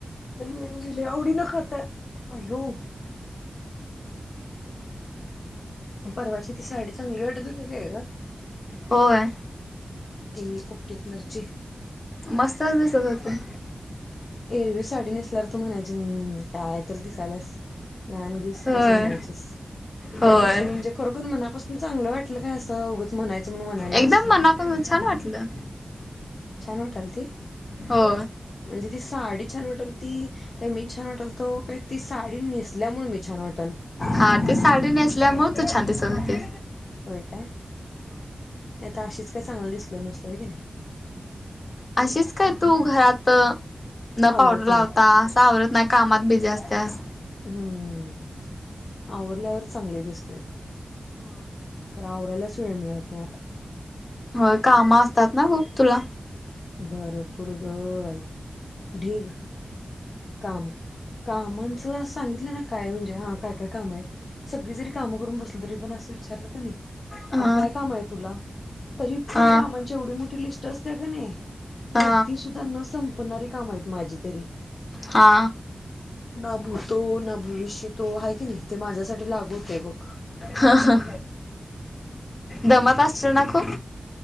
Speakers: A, on the left; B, on the left.
A: म जलवडी ना खात्या आयो परवाची ती साडी चांगली वाटत हो त काय का
B: होय
A: ते पपटे कलरचे
B: मस्तच दिसतत हो ते
A: एरवी साडी नेसल्यावर तू म्हणायची काय तर दिसायलास लहानगीस
B: होय
A: असं म्हणायचीस
B: होय
A: त्या दिवशी म्हणजे खरोखर मनापासून चांगलं वाटलं काय असं अगंच म्हणायचं म्हणून म्हणाल्यास
B: एकदम मनापासून छान वाटलं
A: छान वाटल ती
B: हो
A: म्हणजे ती साडी छान वाटेल ती काही मी छान वाटेल तो काही ती साडी नेसल्यामुळे मी छान वाट
B: हा ते साडी नेसल्यामुळे तू छानतेसते
A: होय काय नाहीता अशीच काही चांगल दिसल नसतो आहे की नाही
B: अशीच काय तू घरात न
A: आवरत
B: पावडर लावता
A: नाही.
B: असं आवरत नाही कामात बिझी असतेस
A: हम्म आवरल्यावर चांगले दिसतंय, खरं आवरायलाच वेळ मिळत नाही आता.
B: व्ह काम असतात ना, मग तुला?
A: भरपूर ग बाई, ढीग, काम. कामांच सांगितलं ना काय, म्हणजे हां, काय काय काम आहेत? सगळी जरी कामं करून बसलं तरी पण असं विचारलं का नाही?
B: ह
A: आता काय काम आहे तुला? तरी पण
B: ह
A: कामांची एवढी मोठी लिस्ट असते का नाही?
B: ह
A: कधी सुुद्धा न संपणारी काम आहेत माझी तरी.
B: हा
A: ना भूतो ना भविष्यतो हाय की नाही, ते माझ्यासाठी लागू होते बघ
B: हं ह दमत असशील ना खूप?